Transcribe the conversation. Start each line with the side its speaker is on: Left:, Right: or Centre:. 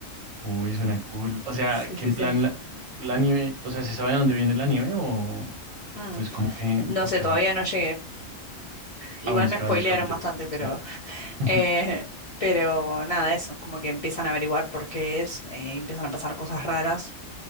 Right: Uy, suena cool. O sea,
Left: Sí,
Right: que
Left: sí,
Right: en
Left: sí.
Right: plan la, la nieve, o sea, ¿se sabe de dónde viene la nieve o
Left: Mm,
Right: es como que,
Left: No
Right: porque,
Left: sé, todavía
Right: ajá.
Left: no llegué. Igual
Right: Ah, bueno, es
Left: me
Right: que
Left: spoilearon
Right: van dos capítulos,
Left: bastante, pero,
Right: sí.
Left: <laughs>
Right: <laughs>
Left: eh, pero nada, eso, como que empiezan a averiguar por qué es, eh, empiezan a pasar cosas raras.